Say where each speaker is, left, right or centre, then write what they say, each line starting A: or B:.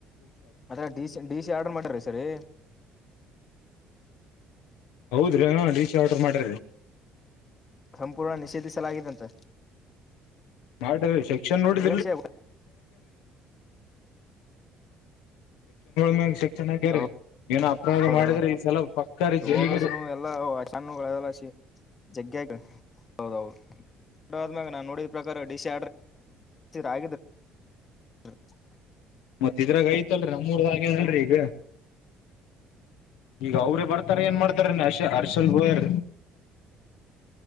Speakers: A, on the left (about 35°); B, on the left (about 90°).
A: ಮತ್ತ D C D C order ಮಾಡಾರೀ ಈ ಸರಿ
B: ಹೌದ್ರಿ ಡಿಸಿ ಆರ್ಡರ್ ಮಾಡ್ರರಿ.
A: ಸಂಪೂರ್ಣ ನಿಷೇಧಿಸಲಾಗಿದೆಂತ.
B: <unintelligible> ಶೇಕ್ಷನ್ಗಳು,
A: ವಿಷಯ
B: ಮ್ಯಾಗ ಸೆಕ್ಷನ್ ಹಾಕ್ಯಾರೀ
A: ಹ
B: ಏನೋ ಅಪರಾಧ
A: ಹೌದೌದು
B: ಮಾಡಿದ್ರೆ ಈ ಸಲ ಪಕ್ಕಾರಿ ಜೈಲಿಗರಿ
A: ಹ ಓದರ್ಸನು ಎಲ್ಲಾ ಚಲ್ಲ ಜಗ್ಗ ಆಗಿ ಹೌದೌದುಡ ಆದ್ಮ್ಯಾಗ ನಾನ್ ನೋಡಿದ ಪ್ರಕಾರ ಡಿಸ್ ಆ <unintelligible> <inaudible>
B: ಮತ್ತ ಇದ್ರಾಗ ಐತಲ್ರಿ ನಮ್ಮರ್ದಾಗೆ ಅಲ್ರಿ ಈಗ ಈಗ ಅವ್ರೇ ಬರ್ತಾರ ಏನ್ ಮಾಡ್ತಾರ ಹರ್ಷ ಹರ್ಷಲ್ ಹೋಗ್ಯಾರ್ರಿ.